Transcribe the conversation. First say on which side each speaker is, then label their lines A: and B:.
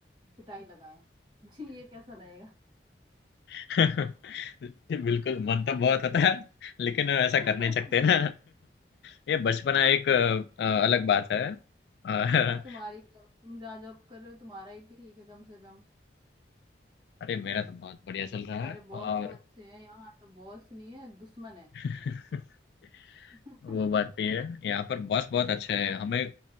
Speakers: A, on the right; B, on the left.
A: पिटाई लगाए <laughs> जी ये कैसा रहेगा
B: <laughs> बिल्कुल मन तो बहुत होता है लेकिन ऐसा
A: <laughs>
B: कर नहीं सकते ना <laughs> ये बचपना एक अ, अलग बात है अ,
A: यार तुम्हारी करो तुम जहाँ जॉब कर रहे हो तुम्हारा ही ठीक है कम से कम
B: <laughs> अरे मेरा तो बहुत बढ़िया चल रहा
A: हमारे
B: है
A: बॉस
B: और
A: तो अच्छे हैं यहाँ तो बॉस नहीं है दुश्मन है
B: <laughs>
A: <laughs>
B: वो बात भी है यहाँ पर बॉस बहुत अच्छे हैं हमें